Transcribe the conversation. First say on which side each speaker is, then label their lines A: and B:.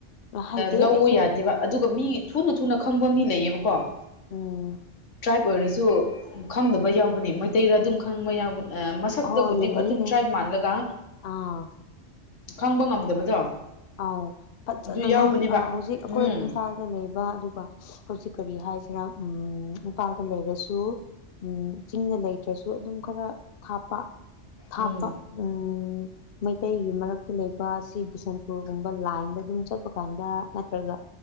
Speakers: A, on the left (about 55°); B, on the left (about 85°).
A: ꯎꯝ ꯍꯩꯇꯦ
B: ꯂꯧꯕ
A: ꯑꯩꯁꯨ
B: ꯌꯥꯗꯦꯕ ꯑꯗꯨꯒ ꯃꯤ ꯊꯨꯅ- ꯊꯨꯅ ꯈꯪꯕ ꯃꯤ ꯂꯩꯌꯦꯕꯀꯣ
A: ꯎꯝ
B: ꯇ꯭ꯔꯥꯏꯕ ꯑꯣꯏꯔꯁꯨ ꯎꯝ ꯈꯪꯗꯕ ꯌꯥꯎꯕꯅꯤ ꯃꯩꯇꯩꯔ ꯑꯗꯨꯝ ꯈꯪꯕ ꯌꯥꯎꯕ ꯑꯥ ꯃꯁ ꯁꯛꯇꯕꯨꯗꯤ
A: ꯍꯣꯏ ꯂꯩꯌꯦ
B: ꯑꯗꯨꯝ
A: ꯂꯩꯌꯦ
B: ꯇ꯭ꯔꯥꯏꯕ ꯃꯥꯜꯂꯒ
A: ꯑꯥ
B: ꯈꯪꯕ ꯉꯝꯗꯕꯗꯣ
A: ꯑꯥꯎ ꯐꯖꯅꯥ
B: ꯑꯗꯨ ꯌꯥꯎꯕꯅꯦꯕ
A: ꯉꯥꯡ ꯑꯥ ꯍꯧꯖꯤꯛ ꯑꯩꯈꯣꯏ
B: ꯎꯝ
A: ꯏꯝꯐꯥꯜꯗ ꯂꯩꯕ ꯑꯗꯨꯒ ꯍꯧꯖꯤꯛ ꯀꯔꯤ ꯍꯥꯏꯁꯤꯔ ꯎꯝ ꯏꯝꯐꯥꯜꯗ ꯂꯩꯔꯁꯨ ꯎꯤ ꯆꯤꯡꯗ ꯂꯩꯇ꯭ꯔꯁꯨ ꯑꯗꯨꯝ ꯈꯔ ꯊꯥꯞꯄ ꯊꯥꯞꯄ
B: ꯎꯝ
A: ꯎꯝ ꯃꯩꯇꯩꯒꯤ ꯃꯔꯛꯇ ꯂꯩꯕ ꯑꯁꯤ ꯕꯤꯁꯦꯝ ꯄꯨꯔꯒꯨꯝꯕ ꯂꯥꯏꯟꯗ ꯑꯗꯨꯝ ꯆꯠꯄ ꯀꯥꯟꯗ ꯅꯠꯇ꯭ꯔꯒ